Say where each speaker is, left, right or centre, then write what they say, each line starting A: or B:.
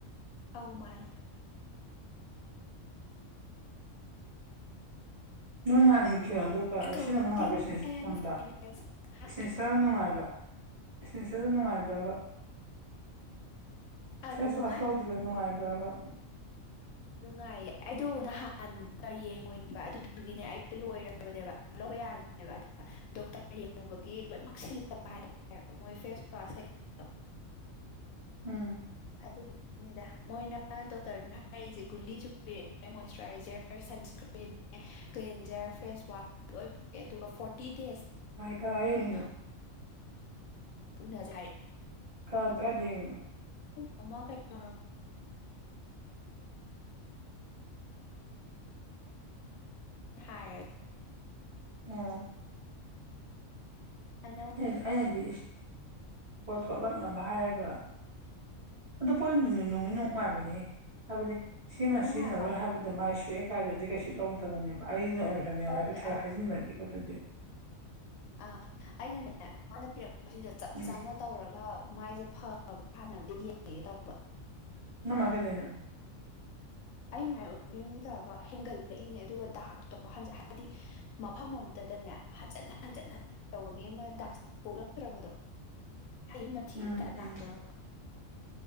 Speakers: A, on the left; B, on the right.
A: ꯑꯧ ꯃꯥꯅꯦ
B: ꯅꯣꯏ ꯅꯍꯟ ꯀꯣ ꯑꯗꯨꯒ
A: ꯑꯦꯀꯥꯎꯟꯇꯤꯡ
B: ꯁꯤꯖꯤꯟꯅꯕ ꯅꯨꯡꯉꯥꯏꯕ꯭ꯔꯗ
A: ꯑꯦꯟ ꯐꯥꯏꯅꯥꯟꯁ
B: ꯏꯁꯤꯔ ꯅꯨꯡꯉꯥꯏꯕ꯭ꯔꯥ ꯏꯁꯤꯡꯁꯦ ꯑꯗꯨꯝ ꯅꯨꯡꯉꯥꯏꯕ꯭ꯔꯥꯕ
A: ꯑꯥ
B: ꯐꯦꯁ
A: ꯅꯨꯡꯉꯥꯏ
B: ꯋꯥꯁ ꯂꯧꯗꯒ ꯑꯗ ꯑ
A: ꯅꯨꯡꯉꯥꯏꯌꯦ ꯑꯩꯗꯣ ꯅꯍꯥꯟꯗ ꯌꯦꯡꯉꯨꯏꯕ ꯑꯗꯨꯗꯨꯒꯤꯅꯦ ꯑꯩꯗ ꯂꯣꯏꯔꯕꯅꯦꯕ ꯌꯥꯅꯦꯕ ꯑꯗꯨꯗ ꯗꯣꯛꯇꯔ ꯌꯦꯡꯉꯨꯕꯒꯤ ꯂꯣꯏꯅꯃꯛ ꯁꯤꯜꯂꯛꯄ ꯍꯥꯏꯇꯥꯔꯦ ꯃꯣꯏ ꯐꯦꯁ ꯋꯥꯁ ꯀꯩꯀꯥ
B: ꯎꯝ
A: ꯑꯗꯨꯗꯨꯒꯤꯅꯤꯗ ꯃꯣꯏꯅ ꯗꯣꯛꯇꯔꯗꯨꯅ ꯍꯥꯏꯔꯤꯛꯏꯁꯦ ꯒꯨꯂꯤꯁꯨ ꯄꯤꯔꯛꯑꯦ ꯃꯣꯏꯆꯔꯥꯏꯖꯔ ꯁꯟꯁꯀ꯭ꯔꯤꯟ ꯄꯦꯟꯖꯔ ꯐꯦꯁ ꯋꯥꯁ ꯂ ꯄꯛꯑꯦ ꯑꯗꯨꯒ ꯐꯣꯔꯇꯤ ꯗꯦꯖ
B: ꯀꯥꯏꯡ
A: ꯄꯨꯅꯖꯥꯏ
B: ꯑ ꯑꯗꯨꯗꯅ
A: ꯃꯃ ꯀꯩꯔꯣ ꯍꯥꯏ
B: ꯑ
A: ꯑꯅꯧ
B: <unintelligible> ꯇꯣꯂꯛꯅꯕ ꯍꯥꯏꯔꯒ ꯑꯗꯣ ꯄꯣꯅꯨꯡ ꯅꯨꯡꯅꯤ ꯅꯨꯡꯉꯥꯏꯕꯅꯦ ꯍꯥꯏꯕꯗꯤ ꯁꯤꯃ
A: ꯅꯨꯡꯉꯥꯏꯌꯦ
B: ꯁꯤꯖꯤꯟꯅꯔꯣꯏ ꯍꯥꯏꯕꯗ ꯃꯥꯏ ꯁꯣꯛꯑꯦꯀꯥꯏꯗꯗꯤ ꯀꯩꯁꯨ ꯇꯧꯗꯕꯅꯦꯕ ꯑꯩꯅ
A: ꯇꯧꯗꯦ
B: ꯍꯥꯏꯕ ꯍꯥꯏꯖꯤꯟꯕꯗꯤ ꯈꯣꯠꯇꯗꯤ
A: ꯑꯥ ꯑꯩꯅꯅꯦ ꯃꯥꯅ ꯄꯤꯔꯛꯄꯁꯤꯗꯣ ꯆꯞ
B: ꯎꯝ
A: ꯆꯥꯅ ꯇꯧꯔꯒ ꯃꯥꯏꯁꯦ ꯐꯕ꯭ꯔꯥ ꯁꯥꯟꯅꯕꯗ ꯌꯦꯡꯉꯒꯦ ꯇꯧꯕ
B: <unintelligible>
A: ꯑꯩꯃꯥꯏꯅ ꯎꯔꯤꯡ ꯇꯧꯔꯒ ꯍꯦꯟꯒꯠꯂꯛꯏꯅꯦ ꯑꯗꯨꯒ ꯗꯥꯛꯛꯇꯣ ꯍꯥꯏꯗꯤ ꯃꯐꯝ ꯑꯇ ꯑꯗꯨꯗꯅꯦ ꯍꯟꯖꯟꯅ ꯍꯟꯖꯟꯅ ꯇꯧꯕꯒꯤ ꯑꯃ ꯗꯥꯛ ꯄꯂꯛꯇ꯭ꯔꯕꯗꯣ
B: <unintelligible>
A: ꯍꯌꯦꯡ ꯃꯊꯤꯁꯤꯗ
B: ꯎꯝ
A: ꯂꯥꯛꯇꯣꯏꯔꯕ
B: ꯎꯝ